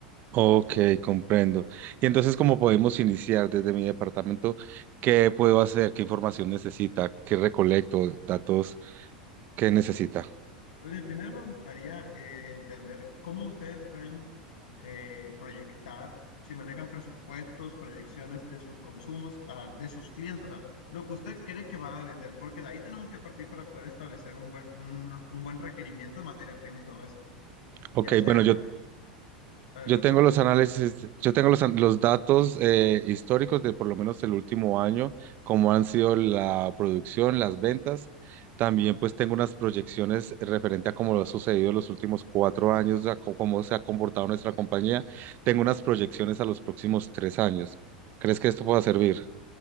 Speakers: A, on the right; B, on the left.
A: Ok, comprendo. Y entonces, ¿cómo podemos iniciar desde mi departamento? ¿Qué puedo hacer? ¿Qué información necesita? ¿Qué recolecto? ¿Datos? ¿Qué necesita?
B: Pues bien, primero me gustaría eh, entender cómo ustedes pueden eh, proyectar, si manejan presupuestos, proyecciones de sus consumos, ah, de sus clientes, o sea, lo que usted cree que va a vender, porque de ahí tenemos que partir para poder establecer un buen, un, un buen requerimiento de materia prima y todo esto.
A: Ok,
B: Ya sea,
A: bueno, yo
B: eh,
A: Yo
B: continúa,
A: tengo los
B: continúa.
A: análisis, yo tengo los, an- los datos eh, históricos de por lo menos el último año, cómo han sido la producción, las ventas. También pues tengo unas proyecciones referente a cómo lo ha sucedido en los últimos cuatro años, a co- cómo se ha comportado nuestra compañía. Tengo unas proyecciones a los próximos tres años. ¿Crees que esto pueda servir?